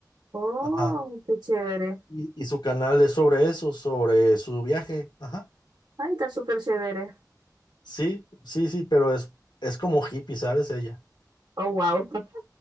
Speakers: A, on the right; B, on the left.
A: Oh,
B: Ajá.
A: qué chévere.
B: Y, y su canal es sobre eso, sobre su viaje. Ajá.
A: Ay, está súper chévere.
B: Sí, sí, sí, pero es, es como hippie, ¿sabes? Ella.
A: Oh, wow. <laughs>